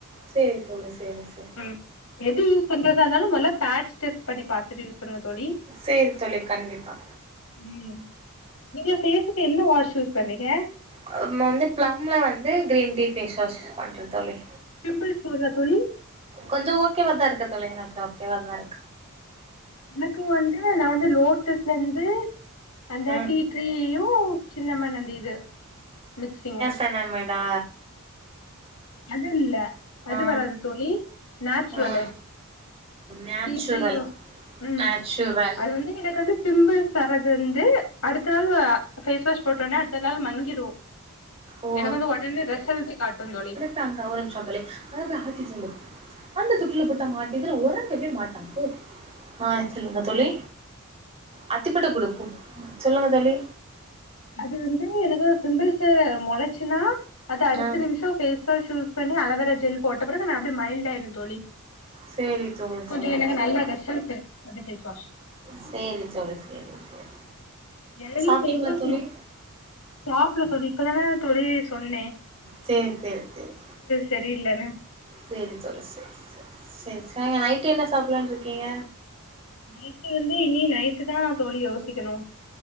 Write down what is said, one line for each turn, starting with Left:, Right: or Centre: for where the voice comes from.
Right: செரி தோழி செரி செரி
Left: ம் எது யூஸ் பண்றதா இருந்தாலு மொல்ல பேட்ச் டெஸ்ட் பண்ணி பாத்துட்டு யூஸ் பண்ணுங்க தோழி
Right: செரி தோழி கண்டிப்பா
Left: ம் நீங்க ஃபேஸ்க்கு என்ன வாஷ் யூஸ் பண்றீங்க
Right: நம்ம வந்து பிளம்ல வந்து green tea face wash use பண்றது தோழி
Left: பிம்பிள்ஸ் போகுதா தோழி
Right: கொஞ்ச ஓகேவா தா இருக்க தோழி எனக்கு ஓகேவாதா இருக்கு
Left: எனக்கும் வந்து நா வந்து லோட்டஸ்ல இருந்து அந்த
Right: ஆ
Left: டீ ட்ரீயும் சின்னமண்ணந்த இது மிக்சிங்கு
Right: <unintelligible> மேடா
Left: அது இல்ல அது
Right: ஆ
Left: வராது தோழி நேச்ரலு
Right: ஆ நேச்சுரல்
Left: டீ டீரியு ம்
Right: நேச்சுரல்
Left: அது வந்து எனக்கு வந்து பிம்பிள்ஸ் சர்றது வந்து அடுத்த நாள் ஃபேஸ் வாஷ் போட்டோனே அடுத்த நாள் மங்கிடு
Right: ஓ
Left: எனக்கு வந்து உடனே ரிசல்ட் காட்டும் தோழி
Right: தாங்க ஒரு நிமிஷ தோழி அதன ஆத்தி செ அந்த தொட்டுல போட்டு ஆட்டு இதுல உறங்கவே மாட்டா போ ஆ சொல்லுங்க தோழி அத்திப்பட்ட கொடுக்கும் சொல்லுங்க தோழி
Left: அது வந்து எனக்கு பிம்பள்ச முளச்சினா அது அடுத்த
Right: ஆ
Left: நிமிஷ ஃபேஸ் பேஸ் வாஷ் யூஸ் பண்ணி அலிவரா ஜெல் போட்ட பிறகு அது அப்டியே மயில்டா ஆயிரு தோழி
Right: சேரி தோழி
Left: கொஞ்ச
Right: சேரி
Left: எனக்கு
Right: சேரி
Left: நல்ல ரிசல்ட் அது ஃபேஸ் வாஷ்
Right: சேரி தோழி சேரி சேரி
Left: இடையில
Right: சாப்ட்டீங்களா
Left: ஃபேஸ் வாஸ்
Right: தோழி
Left: சாப்பல தோழி இப்பதான தோழி சொன்ன
Right: சேரி சேரி சேரி
Left: சரியில்லன்னு
Right: சேரி தோழி சேரி சேரி சேரி சாங்க நைட்டு் என்ன சாப்டலானு இருக்கீங்க
Left: நைட்டு வந்து இனி நைட்டு தா தோழி யோசிக்கணும்